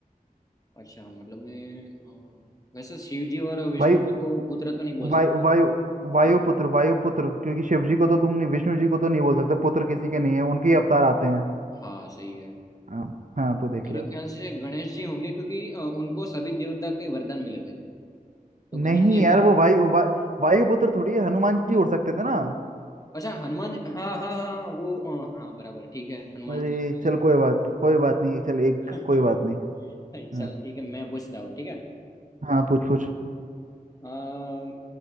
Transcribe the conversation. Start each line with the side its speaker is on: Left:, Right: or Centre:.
Left: अच्छा मतलब मैं अ, वैसे शिव जी और विष्णु
Right: वायु
Left: जी को पुत्र तो नहीं बोल
Right: वायु
Left: सकती
Right: वायु वायुपुत्र
Left: हाँ
Right: वायुपुत्र क्योंकि शिव जी को तो तुम नहीं विष्णु जी को तो नहीं बोल सकते पुत्र किसी के नहीं है उनके ही अवतार आते हैं
Left: हाँ सही है
Right: हाँ हाँ, तो देख
Left: मेरे
Right: ले
Left: ख्याल से गणेश जी होंगे क्योंकि अ, उनको सभी देवता के वरदान मिले थे तो गणेश
Right: नहीं
Left: जी है
Right: यार
Left: क्या
Right: वो वायु वा, वायुपुत्र थोड़ी है हनुमान जी उड़ सकते थे ना
Left: अच्छा हनुमान जी हाँ हाँ हाँ हाँ, वो अ, हाँ बराबर ठीक है हनुमान
Right: अरे
Left: जी आ
Right: चल कोई बात कोई बात नहीं चल एक
Left: गए
Right: कोई बात नहीं
Left: <laughs> चल
Right: हाँ
Left: ठीक है मैं पूछता हूँ ठीक है
Right: हाँ पूछ पूछ
Left: अ,